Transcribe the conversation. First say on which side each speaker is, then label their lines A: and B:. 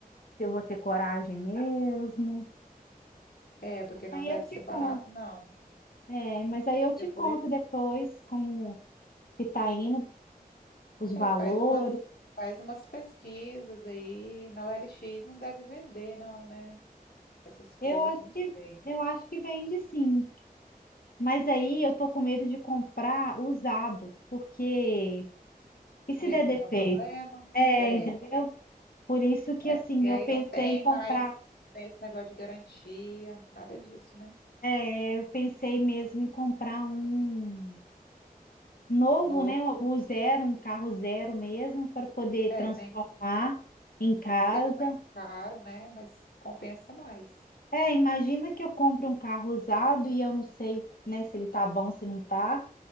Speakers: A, on the left (about 70°); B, on the left (about 85°).
A: se eu vou ter coragem mesmo.
B: É, porque não
A: Aí
B: deve
A: eu te
B: ser barato,
A: conto,
B: não.
A: é, mas aí eu te
B: Depois,
A: conto depois como que tá indo, os valores.
B: é, faz umas, faz umas pesquisas aí. Na OLX não deve vender, não, né? Essas coisas,
A: Eu acho
B: não sei.
A: que eu acho que vende sim. Mas aí eu tô com medo de comprar usado, porque e se
B: Medo
A: der defeito?
B: de dar problema.
A: É,
B: É,
A: entendeu? Por isso que
B: é
A: assim,
B: porque aí
A: eu pensei
B: não tem
A: em comprar,
B: mais, não tem esse negócio de garantia, nada disso, né?
A: é, eu pensei mesmo em comprar um novo,
B: Novo,
A: né? O zero, um carro zero mesmo, para poder
B: é,
A: transformar
B: nem,
A: em casa.
B: nem que seja mais caro, né? Mas compensa mais.
A: É, imagina que eu compro um carro usado e eu não sei, né, se ele tá bom, se não tá.